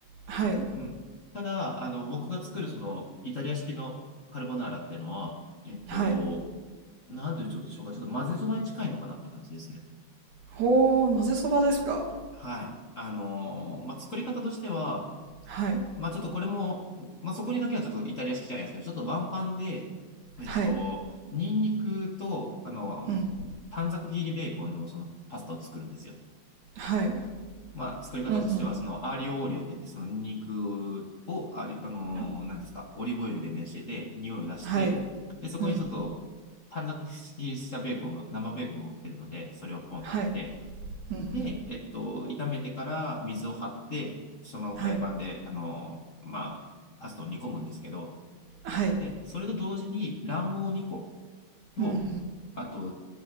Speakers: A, on the right; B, on the left.
A: はい。
B: うん。ただ、あの、僕が作るその、イタリア式のカルボナーラってのは、えっと、
A: はい。
B: なんでしょうか、ちょっと混ぜそばに近いのかなって感じですね。
A: ほー、混ぜそばですか
B: はい。あのーまあ、作り方としては、
A: はい。
B: まあ、ちょっとこれも、まあ、そこにだけはちょっとイタリア式じゃないですけど、ちょっとワンパンで、えっと、
A: はい。
B: ニンニクと、あの、
A: うん。
B: 短冊切りベーコンのそのパスタを作るんですよ。
A: はい。
B: まあ、作り方としては、
A: うん、うん。
B: その、アーリオオーリオって言って、その肉を、あり、あのー、
A: は
B: なんですか、オリーブオイルで熱してて、匂いを出して、
A: はい。
B: で、そこにちょっと短冊切りしたベーコンが、
A: うん。
B: 生ベーコンが売ってるので、それをポンって入れて、
A: はい。うん、うん。
B: で、えっと、炒めてから水を張って、そのままフライパンで、
A: はい。
B: あのー、まあ、パスタを煮込むんですけど、
A: はい。
B: で、それと同時に卵黄を2個と、
A: うん、うん。
B: あと、